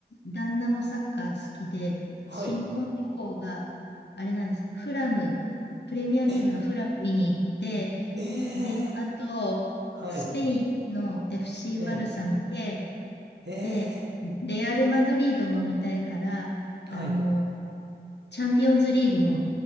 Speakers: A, on the left (about 80°); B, on the right (about 75°).
A: 旦那もサッカー好きで、
B: はい。
A: 新婚旅行が、あれなんです。フラム、プレミアリーグのフラム見に行って、
B: え、え
A: で、
B: え、
A: あと、
B: はい。
A: スペインの FC
B: ええ、
A: バルサ見て、
B: ええ、
A: で、レアル・マドリードも見たいから、
B: はい。
A: あの、チャンピオンズリーグも